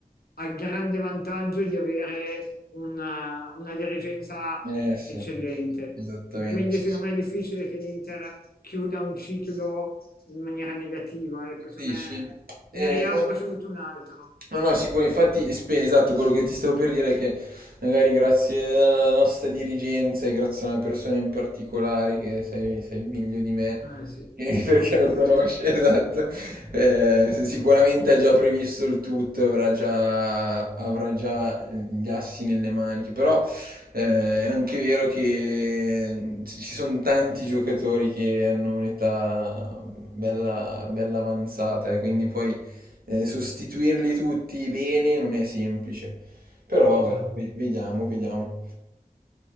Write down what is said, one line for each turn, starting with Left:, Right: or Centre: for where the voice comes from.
Left: ha il grande vantaggio di avere una, una dirigenza
Right: eh sì,
Left: eccellente
Right: esattamente.
Left: e quindi secondo me è difficile che l'Inter chiuda un ciclo in maniera negativa, ecco, secondo
Right: Dici?
Left: me ne
Right: Eh,
Left: riapre subito un altro.
Right: no, no, no, sicuro, infatti, spe- esatto, quello che ti stavo per dire è che magari grazie alla nostra dirigenza e grazie a una persona in particolare che sai, sai meglio di me,
Left: Eh sì,
Right: eh,
Left: lo
Right: <laughs> perché
Left: conosco
Right: lo conosce,
Left: bene.
Right: <laughs> esatto, eh, se sicuramente ha già previsto il tutto, avrà già, avrà già gli assi nelle maniche, però eh, è anche vero che ci sono tanti giocatori che hanno un'età bella, bella avanzata, eh, quindi poi eh, sostituirli tutti bene non è semplice. Però
Left: Eh già.
Right: eh, ve- vediamo, vediamo.